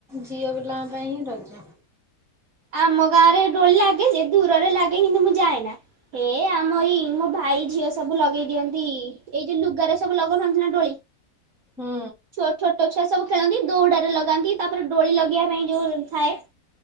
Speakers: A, in the centre; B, on the right (about 65°).
A: ଝିଅ ପିଲାଙ୍କ ପାଇଁ ହିଁ ରଜ।
B: ଆମ ଗାଁରେ ଡୋଳି ଲାଗେ ଯେ ଦୂରରେ ଲାଗେ କିନ୍ତୁ ମୁଁ ଯାଏନା। ଏ ଆମ ଏଇ ମୋ ଭାଇ ଝିଅ ସବୁ ଲଗେଇ ଦିଅନ୍ତି ଏଇ ଯୋଉ ଲୁଗାରେ ସବୁ ଲଗଉନାନ୍ତି ନା ଦୋଳି।
A: ହୁଁ।
B: ତ ଛୋଟୋ ଛୁଆ ସବୁ ଖେଳନ୍ତି ଦୌଡ଼ାରେ ଲଗାନ୍ତି ତାପରେ ଦୋଳି ଲଗେଇବା ପାଇଁ ଯୋଉ ଥାଏ